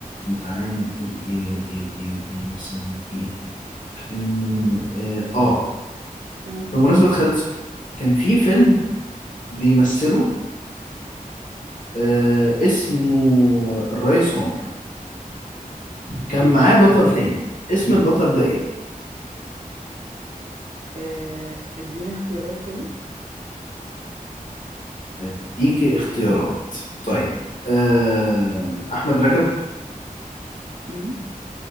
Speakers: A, on the left (about 60°); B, on the right (about 55°).
A: تعالي نقول ايه ايه ايه ايه مثلا ايه فيلم اه, آه.
B: م-
A: بمناسبة خالد صالح كان في فيلم بيمثله آه اسمه الريس عمر كان
B: ماشي
A: معاه بطل تاني اسم البطل ده ايه؟
B: آه، اديني اختيارات كده
A: اديك اختيارات طيب آه احمد رجب
B: مم.